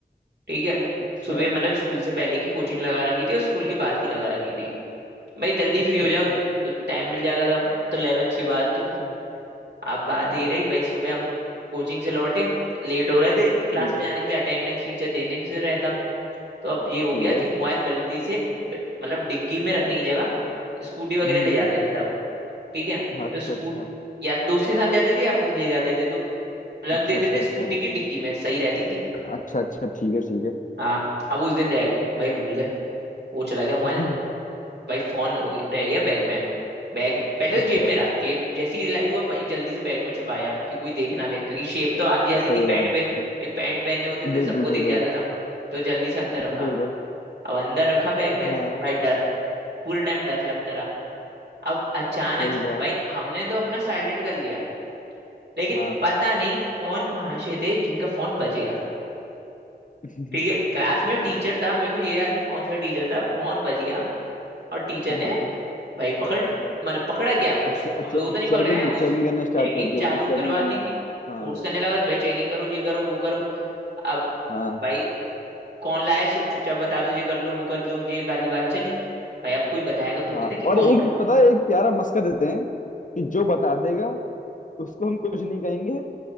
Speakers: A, on the right; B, on the left.
A: ठीक है
B: अच्छा
A: सुबह मतलब स्कूल से पहले की कोचिंग लगा रखी थी और स्कूल के बाद की लगा रखी थी भाई जल्दी
B: अच्छा
A: फ्री हो
B: अच्छा
A: जाओ तो टाइम मिल जाता था तो 11th की बात
B: अच्छा
A: थी अब बात
B: हाँ हाँ,
A: ये रही भाई सुबह हम कोचिंग से लौटे लेट हो रहे थे क्लास
B: ठीक
A: में
B: है
A: जाने के लिए अटेंडेंस टीचर देने से रहता तो अब ये
B: ठीक
A: हो गया
B: है
A: कि मोबाइल गलती से ब- मतलब डिग्गी में रखने की जगह स्कूटी वगैरह
B: हम्म
A: ले जाते थे तब ठीक है
B: हाँ, अच्छा
A: तो स्कूट
B: अच्छा
A: या तो दोस्त के साथ जाते थे या अपनी ले जाते थे तो रख
B: अच्छा
A: देते
B: अच्छा
A: थे
B: अच्छा
A: स्कूटी की डिग्गी में सही रहती थी
B: अच्छा अच्छा ठीक है ठीक है
A: हाँ अब उस दिन रह भाई भूल गए वो चला गया मोबाइल
B: <laughs>
A: भाई फोन हो गया- रह गया बैग में बैग में पहले
B: अच्छा
A: तो जेब में रहा जेब जैसे ही रियलाइज हुआ भाई जल्दी से बैग में छुपाया कि कोई देख ना ले क्योंकि शेप तो आती जाती
B: सही
A: थी पैंट
B: बात
A: पे
B: है
A: भाई पैंट पहने होते थे
B: बिल्कुल
A: सबको दिख
B: बिल्कुल
A: जाता था तो जल्दी से अंदर रखा
B: बिल्कुल
A: अब अंदर रखा बैग में
B: हाँ
A: भाई डर पूरे टाइम डर लगता रहा अब अचानक
B: सही बात
A: भाई हमने तो अपना साइलेंट कर लिया लेकिन
B: हाँ
A: पता नहीं कौन महाशय थे जिनका फोन बज गया
B: <laughs>
A: ठीक है क्लास में टीचर था मेरे को ये याद नहीं कौन सा टीचर था फोन बज गया और टीचर
B: हाँ
A: ने
B: हाँ
A: भाई पकड़ मतलब पकड़ा गया
B: अब
A: उस
B: चे, अब
A: वो
B: चे,
A: तो नहीं
B: चेकिंग
A: पकड़े हैं वो
B: चेकिंग
A: चेकिंग
B: करना स्टार्ट कर दी होगी
A: चालू
B: चेकिंग
A: करवाने
B: करना
A: की
B: हाँ
A: फोर्स करने लगा भाई चेकिंग करो ये करो वो करो अब
B: हाँ
A: भाई कौन लाया है, सो- चुपचाप बता दो ये कर लो वो कर दो ये वाली बात चली भाई अब कोई बताएगा थोड़ी
B: हाँ
A: ना कि
B: और
A: फोन
B: एक पता है एक प्यारा मस्का देते हैं कि जो बता देगा उसको हम कुछ नहीं कहेंगे